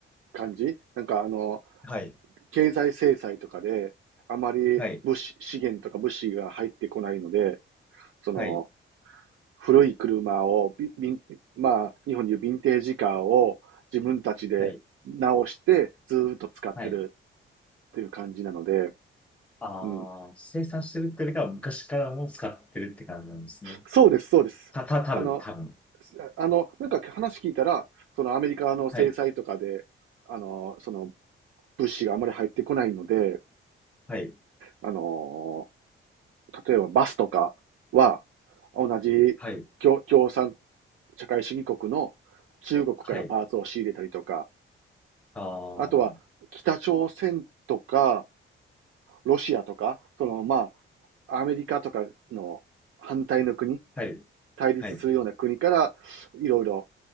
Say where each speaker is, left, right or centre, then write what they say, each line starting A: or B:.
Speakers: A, on the right; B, in the centre.
A: 感じなんかあの、
B: はい、
A: 経済制裁とかで、あまり物資、
B: はい、
A: 資源とか物資が入ってこないので、その、
B: はい、
A: 古い車を、ビビまあ、日本でいうヴィンテージカーを自分たちで直してずーっと使ってる
B: はい、はい。
A: っていう感じなので、
B: ああ、
A: うん。
B: 生産してるっていうよりかは昔からもう使ってるって感じなんですね。
A: そうです、そうです。
B: た、た、多分、
A: あの、
B: 多分。
A: あの、なんか話聞いたら、そのアメリカの制裁とかで、
B: はい、
A: あの、その物資があまり入ってこないので、
B: はい、
A: あの、例えばバスとかは、同じ共共産
B: はい、
A: 社会主義国の中国からパーツを仕入れたりとか、
B: はい。ああ、
A: あとは北朝鮮とか、
B: は
A: ロシアとか、そのまあ、アメリカとかの反対の国
B: い、
A: 対立するような国から、
B: はい、
A: いろいろ、